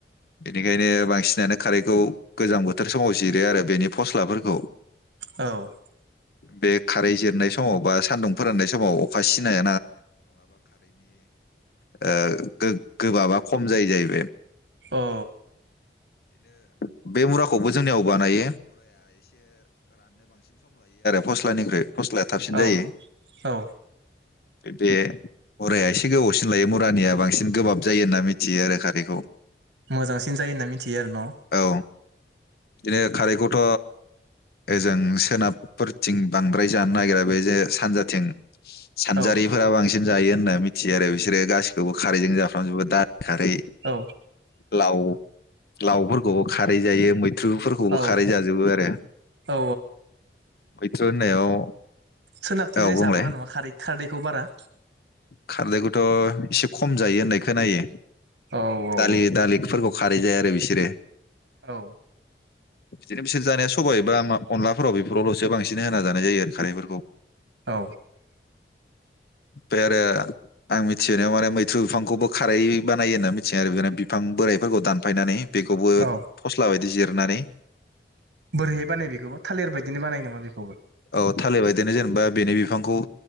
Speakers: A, on the left; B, on the right.
A: बेनिखायनो बांसिनानो खारैखौ गोजां बोथोर समाव जिरो आरो बेनि फस्लाफोरखौ
B: औ
A: बे खारै जिरनाय समाव बा सान्दुं फोराननाय समाव अखा सिनाय ओ गो गोबाबा खम जायो जाहैबाय
B: औ
A: ब बे मुराखौबो जोंनियाव बानायो फस्लाया थाबसिन
B: औ
A: जायो
B: औ
A: बे हरायाया एसे गोबावसिन लायो मुरानिया बांसिन गोबाब जायो होन्ना मिथियो आरो खारैखौ
B: मोजांसिन जायो होनना मिथियो आरो न'
A: औ बिदिनो खारैखौथ' ओजों सोनाबफोरथिं बांद्राय जानो नागिरा बे जे सानजाथिं सानजारिफोरा
B: औ
A: बांसिन जायो होनना मिथियो आरो बिसोरो गा गासिखौबो खारैजों जाफ्राजोबो दा खारै
B: औ
A: लाव लावहुर खौबो खारै जायो मैथ्रुफोरखौबो
B: औ
A: खारै जाजोबो आरो
B: औ
A: मैथ्रु होननायाव
B: सोनाबथिं
A: औ
B: जाय
A: बुंलाय
B: जाबाङा नामा खारै खारदैखौ बारा
A: खारदैखौथ' एसे खम जायो होननाय खोनायो
B: औ औ
A: दालि दालि खुरबग खारै जाया आरो बिसोरो
B: औ
A: बिदिनो बिसोर जानाया सबाय बा मा अनला हराव बेफोरावल'सो बांसिन होना जानाय जायो खारैफोरखौ
B: औ
A: बे बे आं मिथिनायाव आरो मैथ्रु बिफांखौबो खारै बानायो होन्ना मिथियो आरो बिनो बिफां बोराइफोरखौ दानफायनानै बेखौबो
B: औ
A: फस्ला बायदि जिर मारै
B: बोरै' है बानायो बिखौबो थालिर बादिनो बानायो नामा बेखौ
A: औ थालिरबायदिनो जेनेबा बेनि बिफांखौ